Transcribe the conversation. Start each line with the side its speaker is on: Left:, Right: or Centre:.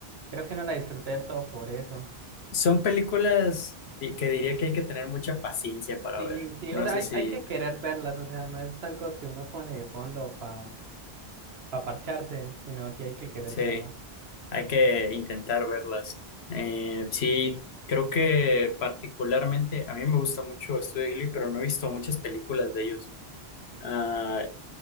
Right: creo que no la disfruté del todo por eso.
Left: Son películas di- que diría que hay que tener mucha paciencia para
Right: Sí,
Left: ver.
Right: sí,
Left: No
Right: o sea,
Left: sé
Right: hay,
Left: si,
Right: hay que querer verlas, o sea, no es algo que uno pone de fondo para parcharse, sino sí hay que querer
Left: sí,
Right: verla.
Left: hay que intentar verlas. Eh, sí, creo que particularmente a mí me gusta mucho Estudio Ghibli, pero no he visto muchas películas de ellos. Ah,